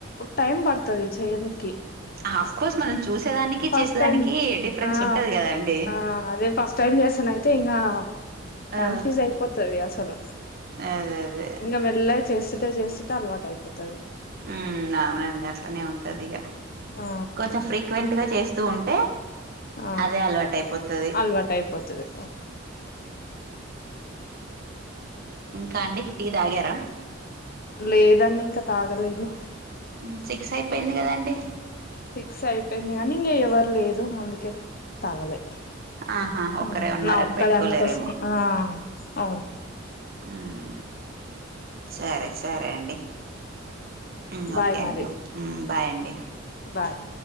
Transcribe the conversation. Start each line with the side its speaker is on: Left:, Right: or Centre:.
Left: టైం బడుతది చేయనికి
Right: అ హఫ్ కోర్స్ మనం చూసేదానికి
Left: ఫస్ట్
Right: చేసేదానికి
Left: టైం
Right: డిఫరెన్స్
Left: ఆ
Right: ఉంటది గద్ అండి
Left: ఆ అదేఫ్ ఫస్ట్ టైమ్ చేసానయిత్ ఇంగా
Right: ఆ!
Left: కన్ఫ్యూజ్ అయిపోతది అసలు
Right: అదే అదే.
Left: ఇంగ మెల్లగ చేస్తుటే చేసు తల్వాటయిపోతాది
Right: ఉమ్మ్ నవునండి అట్లనే ఉంటదిగ
Left: ఆ
Right: కొంచెం ఫ్రీక్వెంట్ గా చేస్ స్తూ ఉంటే
Left: ఆ
Right: అదే అలవాటయిపోతది
Left: అలవాటు అయిపోతది
Right: ఇంకా అండి టీ తాగారా
Left: లేదండి ఇంక తాగలేదు
Right: ఉం సిక్స్ అయిపోయింది కదండి
Left: సిక్స్ అయిపోయింది కానీ ఇంగ ఎవర్ లేరు అందుకే తాగలే
Right: ఆహా! ఒక్కరే
Left: ఉమ్
Right: ఉన్నారని
Left: నా ఒక్కదానికోసం
Right: పెట్టుకోలేరేమో.
Left: ఆ అవును
Right: ఉమ్మ్మ్ సరే సరే అండి హ్మ్
Left: బాయ్
Right: ఓకే
Left: మరి
Right: అండి హ్మ్ బాయ్ అండి
Left: బాయ్